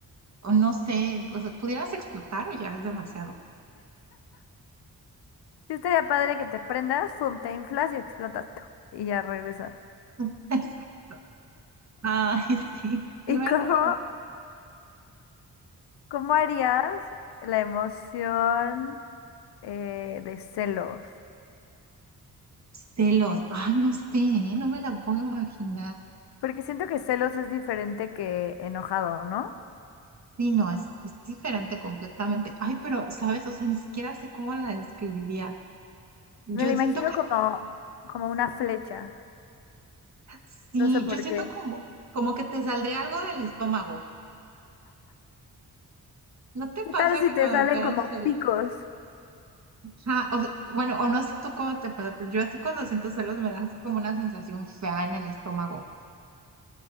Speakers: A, on the right (about 45°); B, on the left (about 85°).
A: o no sé, o sea, pudieras explotar o ya es demasiado.
B: Sí estaría padre que te prendas, fum, te inflas y explotas tú. Y ya regresas.
A: <laughs> Exacto. Ay, sí, sí
B: ¿Y
A: me
B: cómo,
A: hace la-
B: cómo harías la emoción eh, de celos?
A: celos. Ay, no sé, ¿eh? No me la puedo imaginar.
B: Porque siento que celos es diferente que enojado, ¿no?
A: Sí, no, es, es diferente completamente. Ay, pero, ¿sabes? O sea, ni siquiera sé cómo la describiría. Yo
B: Me lo
A: siento
B: imagino
A: que
B: como, como una flecha.
A: sí,
B: No sé por
A: yo siento
B: qué.
A: como, como que te saldría algo del estómago. ¿No te
B: ¿Qué
A: pasa
B: tal si
A: que
B: te
A: cuando
B: salen
A: te das
B: como
A: celos?
B: picos?
A: Ajá, o sea, bueno, o no sé tú cómo te pasa, pero yo así cuando siento celos me da así como una sensación fea en el estómago.